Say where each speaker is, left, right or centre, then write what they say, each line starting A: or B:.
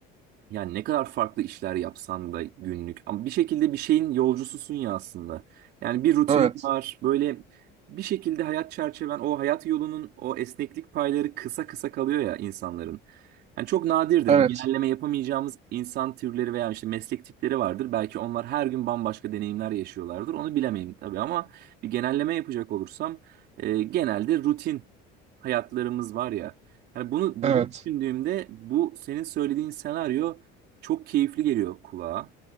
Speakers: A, on the right; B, on the right.
A: yani ne kadar farklı işler yapsan da günlük. Ama bir şekilde bir şeyin yolcususun ya aslında. Yani bir rutinin
B: evet,
A: var. Böyle bir şekilde hayat çerçeven, o hayat yolunun o esneklik payları kısa kısa kalıyor ya insanların. Yani çok nadirdir.
B: evet,
A: Bir genelleme yapamayacağımız insan türleri veya işte meslek tipleri vardır. Belki onlar her gün bambaşka deneyimler yaşıyorlardır. Onu bilemeyim tabii ama bir genelleme yapacak olursam e, genelde rutin hayatlarımız var ya. Yani bunu bunu
B: evet.
A: düşündüğümde bu senin söylediğin senaryo çok keyifli geliyor kulağa.